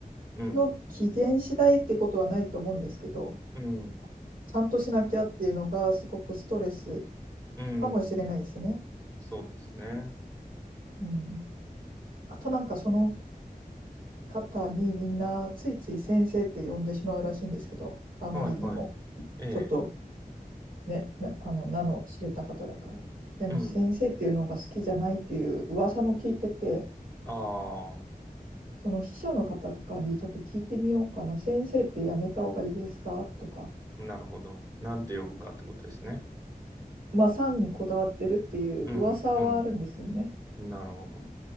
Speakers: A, on the right; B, on the right.
A: うん、
B: の機嫌次第っていうことはないと思うんですけど、
A: うん、
B: ちゃんとしなきゃっていうのがすごくストレス
A: うん。
B: かもしれないですね。
A: そうですね。
B: うん。あとなんかその方にみんなついつい先生って呼んでしまうらしいんですけど、あまりにも
A: はい、はい。ええ、
B: ちょっとね、な、あの、名の知れた方だから。でも先生っていうのが好きじゃないっていう噂も聞いてて、
A: うん。あ
B: その秘書の方とかにちょっと聞いてみようかな。先生ってやめた方がいいですかとか。
A: あ、なるほど。なんて呼ぶかってことですね。
B: まあ、産にこだわってるっていう噂はあるんですよね。
A: うん、うん。なるほど。